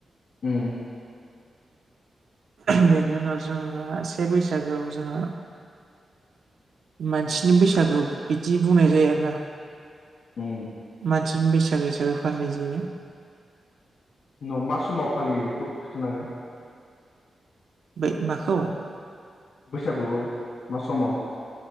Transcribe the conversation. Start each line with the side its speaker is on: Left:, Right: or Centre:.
Left: उम
Right: बेनि उनाव जोंहा से बैसागोआव जोंहा। मानसिनि बैसागो बिदि बुंनाय जायो आरो ना।
Left: उम
Right: मानसिनि बैसागु हिसाबै फालिनाय जायो।
Left: उनाव मा समाव फालियो बेखौ खिथानो हागोन।
Right: बै माखौ
Left: बैसागुखौमा समाव